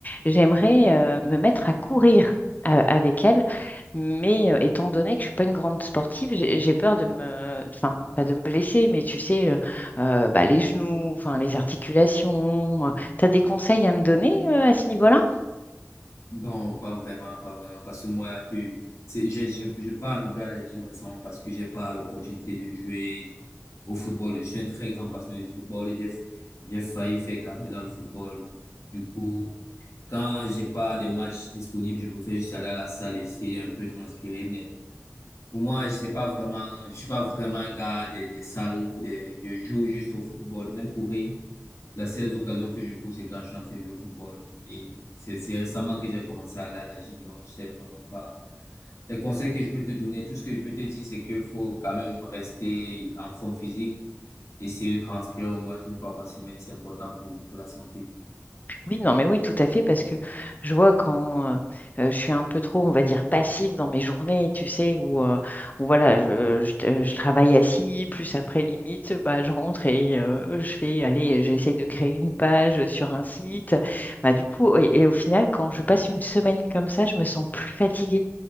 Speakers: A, on the left; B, on the left.
A: j'aimerais euh, me mettre à courir a- avec elle, mais euh, étant donné que je suis pas une grande sportive, j'ai j'ai peur de me, enfin, pas de me blesser, mais tu sais, euh, euh, bah, les genoux, enfin, les articulations. Tu as des conseils à me donner euh, à ce niveau-là?
B: Bon, pas vraiment, pas vraiment, parce que moi, je, c'est, je, je, je pars un peu à la gym récemment parce que j'ai pas l'opportunité de jouer au football. Je suis un très grand passionné du football. J'ai, j'ai failli faire carrière dans le football. Du coup, quand j'ai pas de matchs disponibles, je préfère juste aller à la salle, essayer d'un peu transpirer. Mais pour moi, je sais pas vraiment, je suis pas vraiment un gars des, des salles ou des, je joue juste au football, même courir. Les seules occasions que je cours, c'est quand je suis en train de jouer au football. Et c'est c'est récemment que j'ai commencé à aller à la gym, donc je sais vraiment pas. Les conseils que je peux te donner, tout ce que je peux te dire, c'est qu'il faut quand même rester en forme physique, essayer de transpirer au moins une fois par semaine, c'est important pour, pour la santé.
A: Oui, non, mais oui, tout à fait, parce que je vois quand euh, euh, je suis un peu trop, on va dire, passive dans mes journées, tu sais, où, euh, où voilà, je, je t- je travaille assis, plus après limite, bah, je rentre et euh, je fais, allez, j'essaie de créer une page sur un site. Bah, du coup, et, et au final, quand je passe une semaine comme ça, je me sens plus fatiguée,